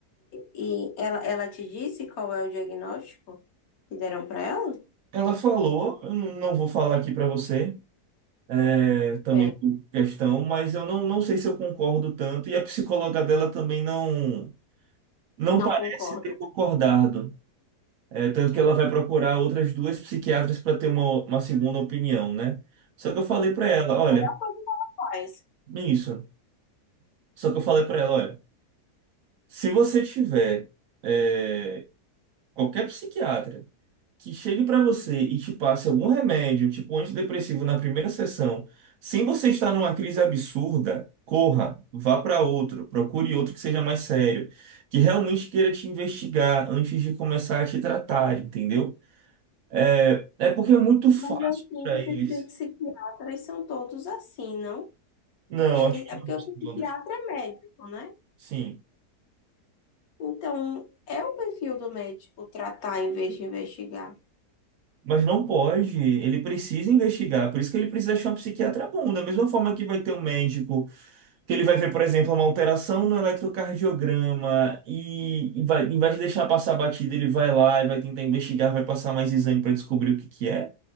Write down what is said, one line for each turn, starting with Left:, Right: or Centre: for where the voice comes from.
Left: e ela, ela te disse qual é o diagnóstico que deram para ela?
Right: ela falou, eu não não vou falar aqui pra você, é, também
Left: É,
Right: por questão, mas eu não, não sei se eu concordo tanto, e a psicóloga dela também não, não
Left: não
Right: parece
Left: concorda.
Right: ter concordado. É, tanto que ela vai procurar outras duas psiquiatras para ter uma, uma segunda opinião, né? Só que eu falei pra ela, olha,
Left: Melhor coisa faz.
Right: isso. Só que eu falei pra ela, olha. Se você tiver é, qualquer psiquiatra que chegue para você e te passe algum remédio, tipo antidepressivo na primeira sessão, sem você estar numa crise absurda, corra, vá para outro, procure outro que seja mais sério, que realmente queira te investigar antes de começar a te tratar, entendeu? É, é porque é muito fácil
Left: Mas eu sinto
Right: para eles.
Left: que os psiquiatras são todos assim, não?
Right: Não,
Left: Ele,
Right: acho que
Left: é porque o psiquiatra
Right: não todos.
Left: é médico, né?
Right: Sim.
Left: Então, é o perfil do médico tratar em vez de investigar.
Right: Mas não pode, ele precisa investigar, por isso que ele precisa achar um psiquiatra bom. Da mesma forma que vai ter um médico que ele vai ver, por exemplo, uma alteração no eletrocardiograma e, e vai, em vez de deixar passar a batida, ele vai lá e vai tentar investigar, vai passar mais exame para descobrir o que que é.